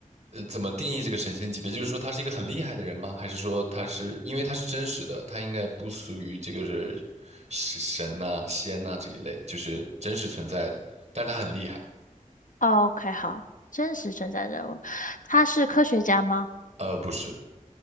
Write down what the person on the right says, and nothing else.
呃，怎么定义这个神仙级别？就是说他是一个很厉害的人吗？还是说他是因为他是真实的，他应该不属于这个是是神呐、仙呐、这一类，就是真实存在的，但他很厉害。
呃，不是，